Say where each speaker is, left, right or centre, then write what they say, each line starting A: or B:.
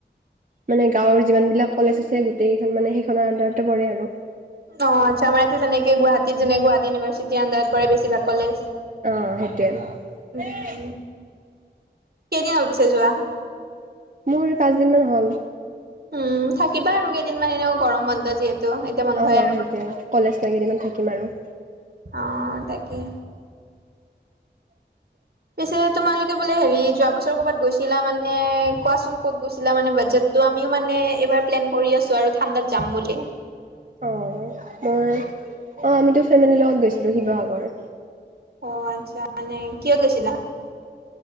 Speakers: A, on the right; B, on the right.
A: মানে গাঁৱৰ যিমান বিলাক কলেজ আছে গোটেইকেইখন মানে সেইখনৰ আনডাৰতে পৰে আৰু
B: অ আচ্ছা আমাৰ এয়া তেনেকে গুৱাহাটীত যেনে গুৱাহাটী ইউনিভাৰ্চিটিৰ আডাৰত পৰে বেছিভাগ কলেজ
A: আহ সেইতুৱেই
B: উম, কেইদিন হল পিছে যোৱা।
A: মোৰ পাঁচদিন মান হ'ল।
B: উম থাকিবা আৰু কেইদিনমান এনেও গৰম বন্ধ যিহেতু এতিয়া বন্ধই
A: অ
B: আৰু
A: সেইটোয়া কলেজ ন কেইদমান থাকিম আৰু
B: অ তাকেই
A: <inaudible>
B: পিছে তোমালোকে বোলে হেৰি যোৱা বছৰ ক'বাত গৈছিলা মানে কোৱাচোন ক'ত গৈছিলা মানে বাজেট ত' আমিও মানে এইবাৰ প্লেন কৰি আছো আৰু ঠাণ্ডাত যাম বুলি।
A: অঁ মই অঁ আমিতো ফেমিলীৰ লগত গৈছিলোঁ শিৱসাগৰ
B: অ আচ্ছা মানে কিয় গৈছিলা?